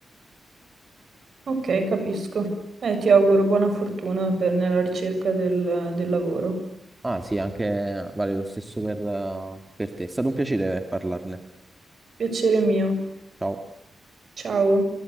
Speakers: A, on the right (about 60°); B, on the right (about 20°).
A: Ok, capisco. Eh, ti auguro buona fortuna per- nella ricerca del del lavoro.
B: Ah sì, anche vale lo stesso per eh, per te. È stato un piacere parlarne.
A: Piacere mio.
B: Ciao.
A: Ciao.